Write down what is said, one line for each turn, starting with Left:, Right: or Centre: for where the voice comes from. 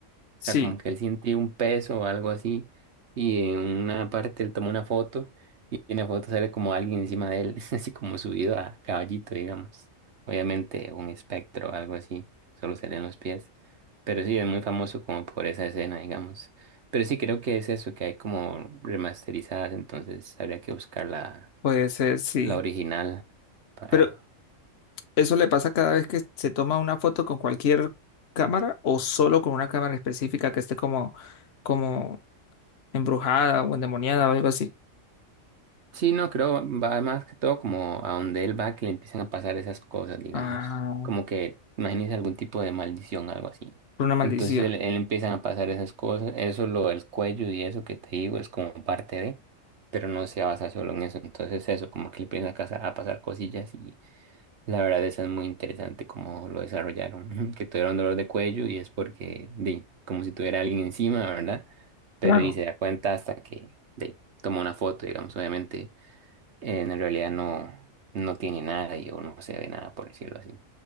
Left: Sí,
Right: O sea, como que él siente un peso o algo así. Y en una parte él toma una foto y en la foto sale como alguien encima de él, <laughs> así como subido a caballito, digamos. Obviamente un espectro o algo así, solo se leen los pies. Pero sí, es muy famoso como por esa escena, digamos. Pero sí creo que es eso, que hay como remasterizadas, entonces habría que buscar la,
Left: puede ser, sí.
Right: la original para
Left: Pero ¿Eso le pasa cada vez que se toma una foto con cualquier cámara o solo con una cámara específica que esté como, como embrujada o endemoniada o algo así?
Right: Sí, no, creo, va más que todo como a donde él va que le empiezan a pasar esas cosas, digamos.
Left: Ah,
Right: Como que, imagínese algún tipo de maldición, algo así.
Left: por una maldición.
Right: Entonces él, él empiezan a pasar esas cosas, eso, lo del cuello y eso que te digo es como parte de, pero no se basa solo en eso. Entonces eso, como que le empiezan a, casa- a pasar cosillas y la verdad eso es muy interesante como lo desarrollaron, <laughs> que tuvieron dolor de cuello y es porque, di, como si tuviera alguien encima, ¿verdad? Pero
Left: Claro.
Right: y se da cuenta hasta que, de toma una foto, digamos, obviamente eh, en realidad no, no tiene nada y o no se ve nada, por decirlo así.